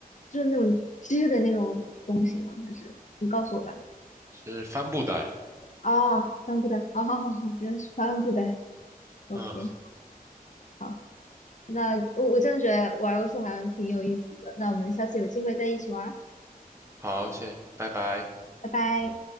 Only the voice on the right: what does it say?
是帆布袋。
嗯，
好，谢，拜拜。